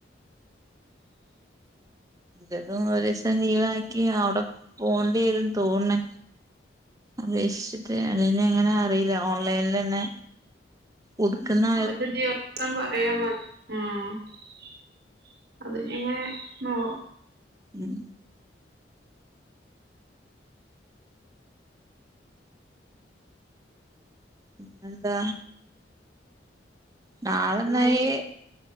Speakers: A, on the right; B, on the right.
A: ഇതും ഒരീസം ലിവാക്കി അവടെ പോണ്ടിരും തേന്ന്ണ്. അപേക്ഷിച്ചിട്ട് അത് ഞ്ഞിങ്ങനെ അറിയില്ല ഓൺലൈലന്നെ ഉടുക്ക്‌ന്ന
B: ഒരു ദിവ <unintelligible> <unintelligible>
A: ഉം പിന്നെന്താ. നാളെന്നയീ
B: എന്നാ ഇനി